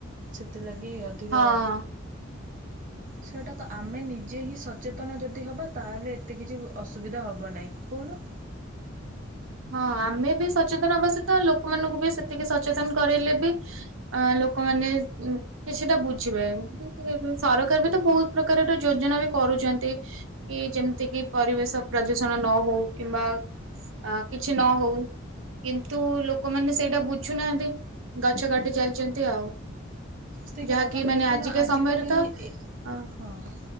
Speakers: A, on the right; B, on the right.
A: ସେଥିଲାଗି ଅ ଅଧିକ
B: ହଁ
A: ସେଇଟା ତ ଆମେ ନିଜେ ହିଁ ସଚେତନ ଯଦି ହବା ତାହେଲେ ଏତେ କିଛି ଅସୁବିଧା ହବ ନାହିଁ କହୁନ?
B: ହଁ ଆମେ ବି ସଚେତନ ହବା ସହିତ ଲୋକମାନଙ୍କୁ ବି ସେତିକି ସଚେତନ କରେଇଲେ ବି ଆ ଲୋକମାନେ କିଛିଟା ବୁଝିବେ ସରକାରବି ତ ବହୁତ ପ୍ରକାରର ଯୋଜନା ବି କରୁଛନ୍ତି। ଏ ଯେମିତି କି ପରିବେଶ ପ୍ରଦୂଷଣ ନ ହଉ କିମ୍ବା ଆ କିଛି ନ ହଉ। କିନ୍ତୁ ଲୋକମାନେ ସେଇଟା ବୁଝୁନାହାନ୍ତି, ଗଛ କାଟି ଚାଲିଛନ୍ତି ଆଉ।
A: ସେଇ କଥା
B: ଯାହାକି
A: ତମେ
B: ମାନେ
A: ଦେଖୁନ
B: ଆଜିକା
A: ଆଜିକାଲି
B: ସମୟରେ ତ
A: ଏ
B: ଅ।
A: ହଁ।